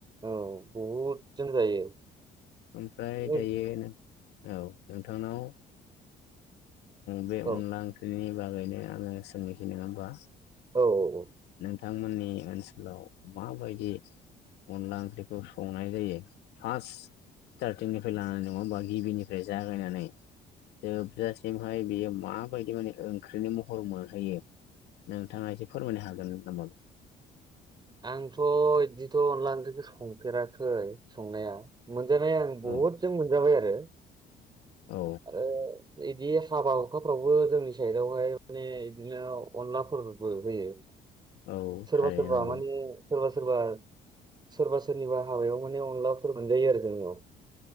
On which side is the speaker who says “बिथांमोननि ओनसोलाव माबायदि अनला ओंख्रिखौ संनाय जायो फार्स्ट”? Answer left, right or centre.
Left